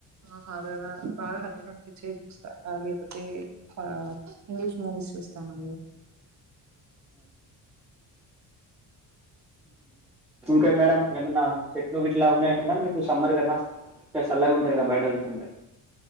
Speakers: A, on the right; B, in the centre.
A: ఆ హార్రర్ బాగా హార్రర్ అనిపించే చూస్తా లేకపోతే హా ఇంగ్లీష్ మూవీస్ చూస్తానండి.
B: కా మేడంమ్ ఏమన్నా చెట్లుట్లా ఉన్నాయి మేమ్ మీకు సమ్మర్ కదా చ చాలగ ఉంటాది కదా బయట కూర్చుంటే